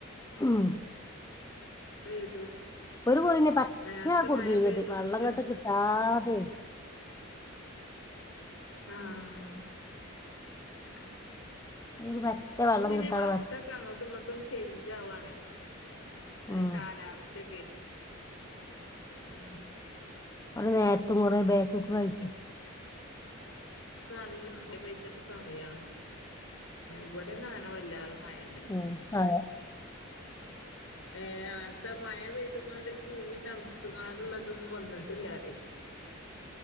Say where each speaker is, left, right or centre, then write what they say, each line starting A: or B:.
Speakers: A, on the left; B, on the left.
A: ആഹ
B: പെയ്തു
A: ഒരു കുറന്നെ പച്ച
B: നേരത്തെ
A: കുടുങ്ങീത്
B: മഴ പെയ്തതോണ്ട്
A: വെള്ളംകെട്ട് കിട്ടാതെ.
B: ആഹ.
A: <inaudible>
B: അപ്പം പിന്നെ
A: കിട്ടാതെ
B: വർഷൊക്കെ
A: പറ്റ
B: അങ്ങോട്ടും ഇങ്ങോട്ടും ചെയ്യ ജാവവാണല്ലോ അത
A: ഉം
B: കാലാവസ്ഥൊക്കെ ഉ
A: കുറ നേരത്തും കൊറേ ബേക്കൊക്കെ കയിട്ടേ
B: നല്ല മ പെയറ്റേണ്ട സമയാണ് ഇവിടെന്ന അങ്ങനെ വല്ലാതെ മഴൊന്നുല്ല
A: ഉം അതെ.
B: ഏ അത്ത മഴ പെയ് ത് കണ്ടരു ഭൂമി തണുത്തുകാണ്ടള്ളതൊന്നും വന്നിട്ടില്ലാരേ.